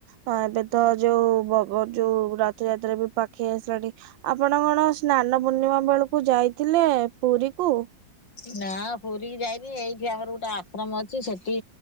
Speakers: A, on the right; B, on the left.
A: ହଁ ଏବେ ତ ଯୋଉ ଯୋଉ ରଥଯାତ୍ରା ରେ ବି ପାଖେଇ ଆସିଲାଣି ଆପଣ କଣ ସ୍ନାନ ପୂର୍ଣ୍ଣିମା ବେଳକୁ ଯାଇଥିଲେ ପୁରୀ କୁ?
B: ନା ପୁରୀ ଯାଇନି ଏଇଠି ଆମର ଗୋଟେ ଆଶ୍ରମ ଅଛି ସେଠି